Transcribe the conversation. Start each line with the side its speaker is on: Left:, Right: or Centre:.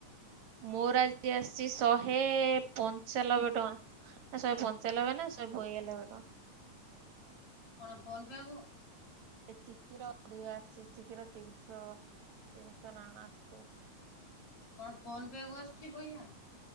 Right: ମୋର ଆଜି ଆସିଛି ଶହେ ପଞ୍ଚାନବେ ଟଙ୍କା ନା ଶହେ ପଞ୍ଚାନବେ ନା ଶହେ ବୟାନବେ ଟଙ୍କା।
Left: କଣ ଫନ ପେ କୁ।
Right: ଏ ଚିକିର ଅଧିକ ଆସିଛି ଚିକିର ତିନିଶ ତିନିଶହ ନାଣ ଆସିଛି।
Left: କଣ ଫୋନ ପେ କୁ ଆସୁଛି ପଇସା।